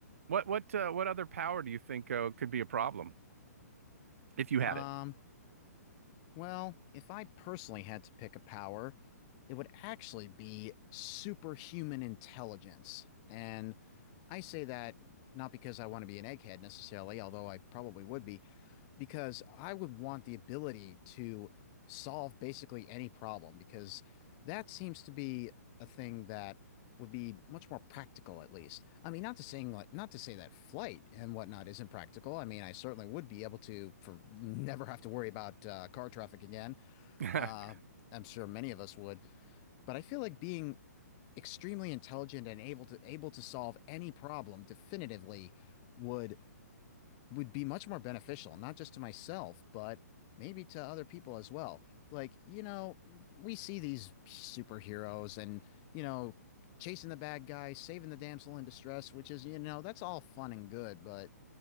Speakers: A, on the right; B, on the left.
A: What what uh, what other power do you think uh, could be a problem if you had
B: Um,
A: it?
B: Well, if I personally had to pick a power, it would actually be superhuman intelligence. And I say that not because I want to be an egghead necessarily, although I probably would be, because I would want the ability to solve basically any problem because that seems to be a thing that would be much more practical at least. I mean, not to saying like not to say that flight and whatnot isn't practical. I mean, I certainly would be able to for <laughs> never have to worry about uh, car traffic again.
A: <laughs>
B: Uh, I'm sure many of us would, but I feel like being extremely intelligent and able to able to solve any problem definitively would would be much more beneficial, not just to myself, but maybe to other people as well. Like, you know, we see these superheroes and, you know, chasing the bad guy, saving the damsel in distress, which is, you know, that's all fun and good, but